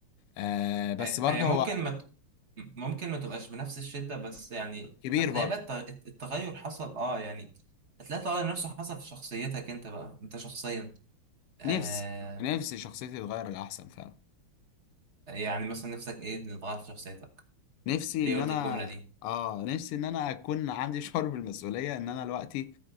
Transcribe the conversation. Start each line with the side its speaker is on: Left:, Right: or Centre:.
Left: آه بس
Right: هي
Left: برضه
Right: هي ممكن
Left: هو
Right: ما ت- ممكن ما تبقاش بنفس الشدة بس يعني
Left: كبير
Right: هتلاقي
Left: برضه
Right: بقى الت- التغير حصل اه يعني هتلاقي التغير نفسه حصل في شخصيتك انت بقى انت شخصيا آه
Left: نفسي نفسي شخصيتي تتغير للأحسن فعلا
Right: يعني مثلا نفسك ايه اللي اتغير في شخصيتك
Left: نفسي
Right: ليه
Left: ان
Right: قلت
Left: انا
Right: الجملة دي
Left: اه نفسي ان انا اكون عندي شعور بالمسؤولية ان انا دلوقتي